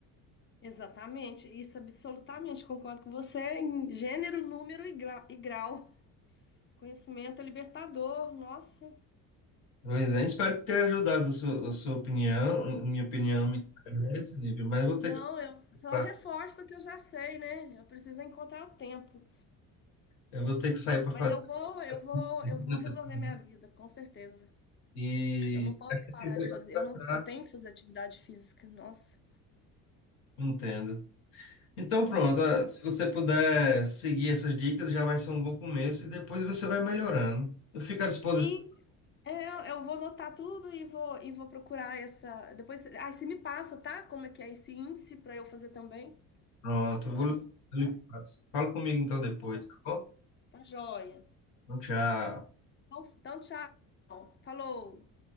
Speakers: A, on the left; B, on the left.
A: exatamente. Isso absolutamente concordo com você em gênero, número e gra- e grau. Conhecimento é libertador, nossa.
B: Pois é, espero que tenha ajudado a sua, a sua opinião, a minha opinião me interessa, Lívia, mas eu vou ter
A: Não,
B: que sair
A: eu só
B: pra,
A: reforço o que eu já sei, né? Eu preciso encontrar o tempo.
B: eu vou ter que sair para
A: Mas
B: fazer
A: eu vou, eu vou,
B: compra
A: eu vou resolver
B: também.
A: minha vida, com certeza.
B: e
A: Eu não posso
B: a gente
A: parar
B: vai
A: de
B: conversar.
A: fazer. Eu não, eu tenho que fazer atividade física. Nossa.
B: entendo. Então pronto, ah, se você puder seguir essas dicas, já vai ser um bom começo e depois você vai melhorando. Eu fico à disposição.
A: Sim, é, eu, eu vou anotar tudo e vou e vou procurar essa. Depois, aí você me passa, tá? Como é que é esse índice para eu fazer também?
B: Pronto, eu
A: Aí,
B: vou eu
A: tá?
B: lhe passo. Fala comigo então depois,
A: Tá bom.
B: tá bom?
A: Tá joia.
B: Então, tchau.
A: Então, então, tchau. Falou.